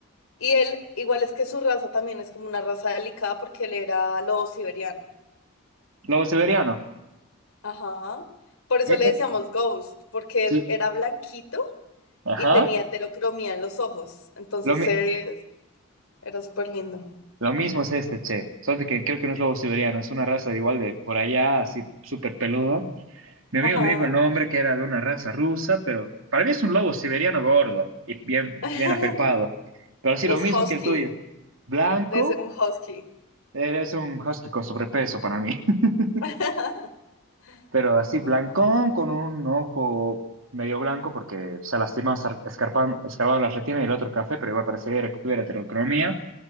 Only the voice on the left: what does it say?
Y él, igual es que su raza también es como una raza delicada porque él era lobo siberiano.
Ajá. Por eso
le
decíamos Ghost, porque
él era blanquito
y tenía heterocromía en los ojos. Entonces
eh, era súper lindo.
Ajá.
<laughs>
Los
husky.
Debe ser un husky.
<laughs>
Ay,